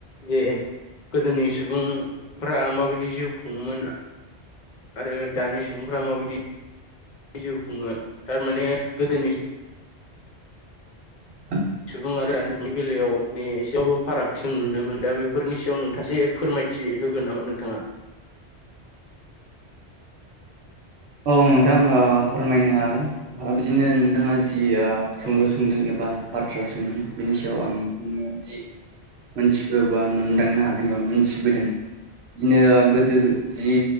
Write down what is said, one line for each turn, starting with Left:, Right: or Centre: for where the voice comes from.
Left: जे गोदोनि सुबुंफ्रा माबायदि जिउ खुङोमोन आरो दानि सुबुंफ्रा माबायदि जिउ खुङो दा माने गोदोनि
Right: <inaudible>
Left: सुबुं आरो दानि जुगनि बेलायाव मानि एसेबाबो फाराग जों नुनो मोन दा बेफोरनि सायाव नोंथांसे फोरमायथि होगोन नामा नोंथाङा?
Right: औ नोंथां ओ फोरमायनो हागोन बिदिनो नोंथाङा जि सोंलु
Left: औ
Right: सोंदों एबा बाथ्रा सोंदों बिनि सायाव आं बुङो जि मोनथिबो बा मोनदांनो हादों एबा मोनथिबोदों बिदिनो गोदो गो जि